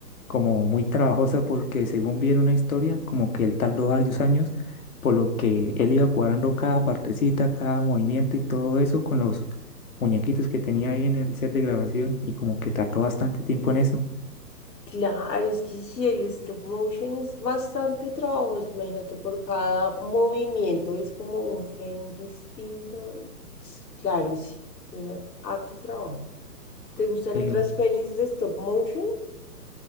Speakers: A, on the left; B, on the left.
A: como muy trabajosa porque según vi en una historia, como que él tardó varios años, por lo que él iba cuadrando cada partecita, cada movimiento y todo eso con los muñequitos que tenía ahí en el set de grabación y como que tardó bastante tiempo en eso.
B: Claro, es que si el stop motion es bastante trabajoso, imagínate, por cada movimiento es como un frame distinto. y- Claro, sí, tiene harto trabajo. ¿Te gustan
A: Eh,
B: otras pelis de stop motion?